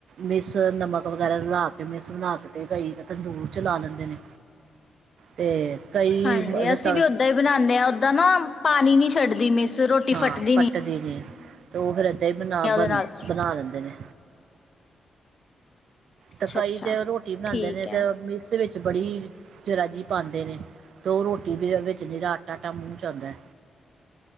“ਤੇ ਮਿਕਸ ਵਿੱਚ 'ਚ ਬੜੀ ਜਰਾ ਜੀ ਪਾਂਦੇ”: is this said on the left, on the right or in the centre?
Right